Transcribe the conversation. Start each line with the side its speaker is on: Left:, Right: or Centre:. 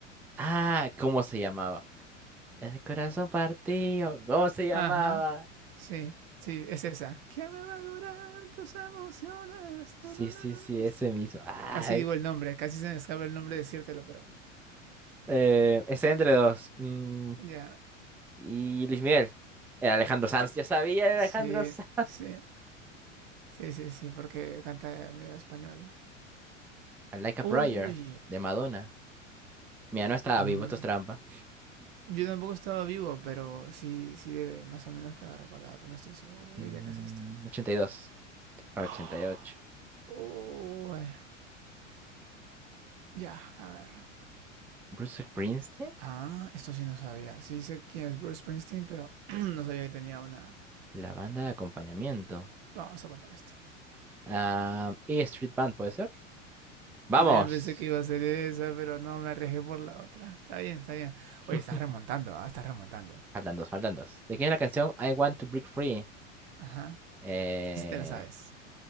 Centre: Ah, ¿cómo se llamaba? El corazón partido. ¿Cómo se llamaba?
Right: Ajá. Sí, sí, es esa. ¿Qué me va a curar tus emociones?
Centre: Sí,
Right: No, no,
Centre: sí,
Right: no, no,
Centre: sí, ese
Right: no.
Centre: mismo. Ay.
Right: Casi digo el nombre, casi se me escapa el nombre decírtelo, pero.
Centre: Eh, ese entre dos. Mm,
Right: Ya.
Centre: y Luis Miguel. Eh, Alejandro Sanz. Yo sabía, era
Right: Sí,
Centre: Alejandro Sanz.
Right: sí. Sí, sí, sí, porque canta medio español.
Centre: Like a Prayer,
Right: Uy.
Centre: de Madonna. Mira, no estaba
Right: Mm,
Centre: vivo, esto es trampa.
Right: Yo tampoco estaba vivo, pero sí, sí debe más o menos quedar recordada, pero no estoy seguro. Yo
Centre: Mm,
Right: diría que es esta.
Centre: 82 para
Right: <gasps>
Centre: 88.
Right: Uy, ya, a ver.
Centre: Bruce Springsteen,
Right: Ah, esto sí no sabía. Sí sé quién es Bruce Springsteen, pero <clears throat> no sabía que tenía una...
Centre: la banda de acompañamiento.
Right: Vamos a poner esto.
Centre: Ah, y Street Band, ¿puede ser? ¡Vamos!
Right: Yo también pensé que iba a ser esa, pero no, me arriesgué por la otra. Está bien, está bien.
Centre: <laughs>
Right: Oye, estás remontando, ah, estás remontando.
Centre: Faltan dos, faltan dos. ¿De quién es la canción I Want to Break Free?
Right: Ajá.
Centre: Eh,
Right: Esa te la sabes.